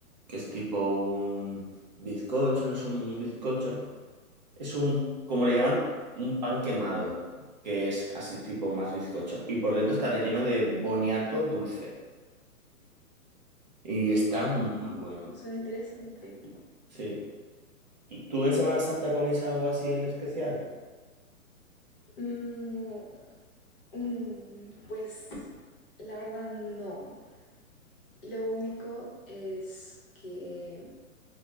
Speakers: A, on the right; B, on the left.
A: que es tipo un bizcocho, no es un bizcocho, es un, como le llaman, un pan quemado, que es así tipo más bizcocho. Y por dentro está relleno de boniato dulce. Y está muy
B: Mm,
A: bueno.
B: suena interesante.
A: Sí. ¿Tú tú en Semana Santa comís algo así en especial?
B: Mm, mm, pues la verdad no. Lo único es que,